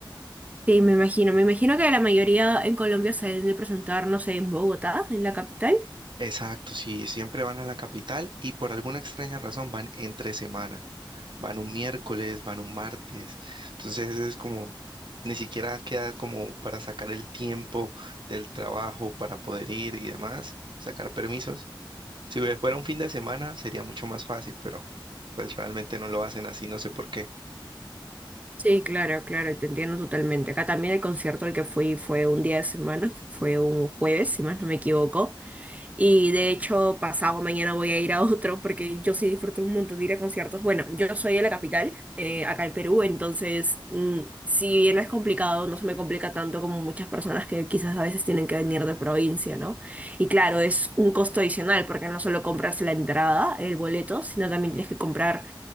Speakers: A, on the right; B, on the right.
A: Sí, me imagino. Me imagino que la mayoría en Colombia se deben de presentar, no sé, en Bogotá, en la capital.
B: Exacto, sí, siempre van a la capital y por alguna extraña razón van entre semana, van un miércoles, van un martes, entonces es como, ni siquiera queda como para sacar el tiempo del trabajo para poder ir y demás, sacar permisos. Si fuera un fin de semana sería mucho más fácil, pero pues realmente no lo hacen así, no sé por qué.
A: Sí, claro, claro, te entiendo totalmente. Acá también el concierto al que fui fue un día de semana, fue un jueves, si más no me equivoco. Y de hecho, pasado mañana voy a ir a otro porque yo sí disfruto un montón de ir a conciertos. Bueno, yo soy de la capital, eh, acá en Perú, entonces, mm, si bien es complicado, no se me complica tanto como muchas personas que quizás a veces tienen que venir de provincia, ¿no? Y claro, es un costo adicional porque no solo compras la entrada, el boleto, sino también tienes que comprar